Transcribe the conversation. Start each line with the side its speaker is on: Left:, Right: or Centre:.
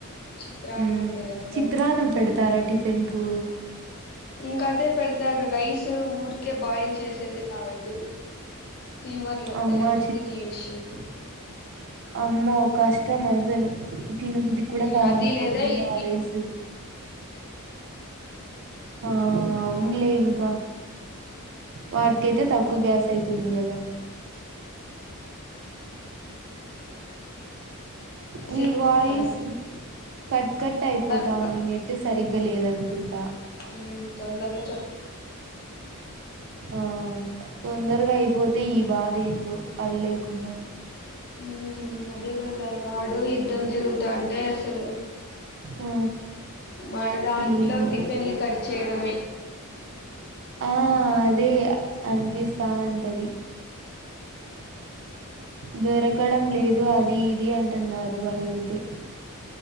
Left: చిత్రాన్నం
Right: ఉ
Left: అట్లా చేస్తారు
Right: చిత్రాన్నం
Left: ఇంకా
Right: పెడతారా
Left: అంతే
Right: టిఫిన్ కు
Left: ఇంకా అదే పెడతారు రైస్ ఊరికే బాయిల్ చేసేదే కాబట్టి స్టీమర్ లో
Right: అమ్మ
Left: ఎలక్ట్రిసిటీ యూజ్ చేసి
Right: అమ్మ ఒక కష్టం మజలు తినా బుద్ధి కూడా
Left: ఉమ్
Right: కాదన్న
Left: అది లేదా
Right: పొద్దున్న
Left: ఇడ్లీ
Right: ఆరైసు అవునులే ఇంకా వాటికైతే తక్కువ గ్యాస్ అయితుంది కదా
Left: <inaudible>
Right: ని
Left: చెప్తారు
Right: వాయిస్ కట్ కట్ అయిపోతావు
Left: ఇంకా
Right: న నెట్టు సరిగ్గా లేదనుకుంటా
Left: హ్మ్మ్ తొందర్లో
Right: ఆ తొందరగా అయిపోతే ఈ బాధ ఏందో పళ్ళ లేకుడా
Left: ఉ అదే కదా యడో యుద్ధం జరుగుతా అంటే అసలు
Right: ఆ
Left: మన దాంట్లో
Right: ఏందో
Left: టిఫిన్లు కట్ చేయడంమె
Right: ఆ అదే అనిపిస్తా ఉంటది
Left: అఓ
Right: దొరకడం లేదు అది ఇది అంటున్నారు వాళ్ళైతే